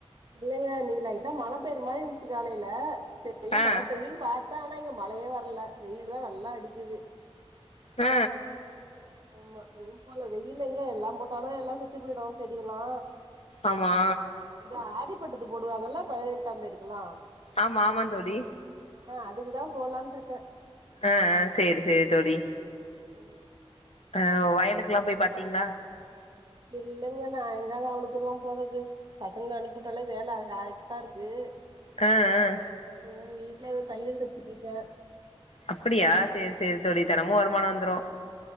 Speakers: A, on the right (about 45°); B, on the left (about 80°).
A: இல்லங்க இன்னிக்கு லைட்டா மழ பெய்ற மாரி இருந்ச்சு காலையில சேரி
B: ஆ
A: மழைபெய்யுன் பாத் தா ஆனா இங்க மழையே வர்ல வெயில் தா நல்லா அடிக்குது
B: ஹ
A: ஆமா இன்னு போல வெயில் எங்க எல்லா போட்டாலு எல்லாருமே செத்து போயிடும் செடி எல்லா
B: ஆமா
A: இந்த ஆதிப்பட்டட்டத்து போடுவாங்கல்ல பதினெட்டாம் தேதிக்குமா
B: ஆமா ஆமா தோழி
A: ஆ அதுக்குதா போலான்ட்டு இருக்கே
B: ஆ ஆ ஹ சேரி சேரி தோழி
A: ஓ
B: அ வயலுக்கலா போய் பாத்தீங்களா
A: இல்லங்க நா எங்கங்க அவ்ள தூரலா போறது பசங்கள அனுப்பி உட்டாலே வேல ஹா க்கா இருக்கு
B: ஆ ஆ
A: ம் வீட்ல ஒரு தையல் தச்சிட்ருக்கே
B: அப்டியா சேரி சேரி தோழி தெனமு வருமானோ வந்துரு